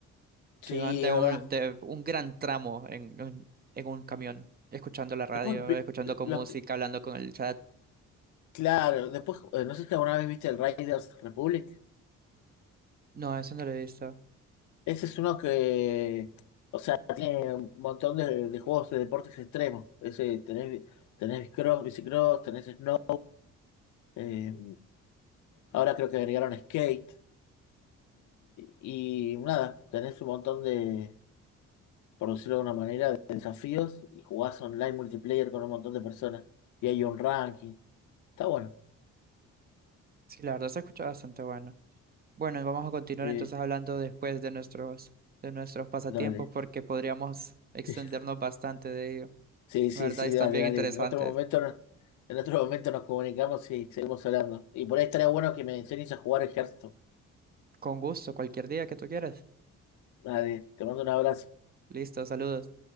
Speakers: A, on the left (about 70°); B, on the right (about 30°).
A: Sí,
B: que van de
A: es
B: un,
A: verdad.
B: de un gran tramo en, en, en un camión, escuchando la radio,
A: Después, vi-
B: escuchando con
A: lo-
B: música, hablando con el chat.
A: claro, después, eh, no sé si alguna vez viste el Riders Republic.
B: No, eso no lo he visto.
A: Ese es uno que, o sea, tiene un montón de, de juegos de deportes extremos. Ese, tenés, tenés cross, bicicross, tenés snow. eh, ahora creo que agregaron skate. Y nada, tenés un montón de, por decirlo de una manera, de desafíos y jugás online multiplayer con un montón de personas. Y hay un ranking. Está bueno.
B: Sí, la verdad se escucha bastante bueno. Bueno, y vamos a continuar
A: Sí,
B: entonces hablando después de nuestros, de nuestros pasatiempos
A: dale.
B: porque podríamos extendernos
A: <laughs>
B: bastante de ello.
A: Sí, sí,
B: La verdad,
A: sí,
B: están
A: dale,
B: bien
A: dale.
B: interesantes.
A: En otro momento, no- en otro momento nos comunicamos y seguimos hablando. Y por ahí estaría bueno que me enseñes a jugar el Hearthstone.
B: Con gusto, cualquier día que tú quieras.
A: Dale, te mando un abrazo.
B: Listo, saludos.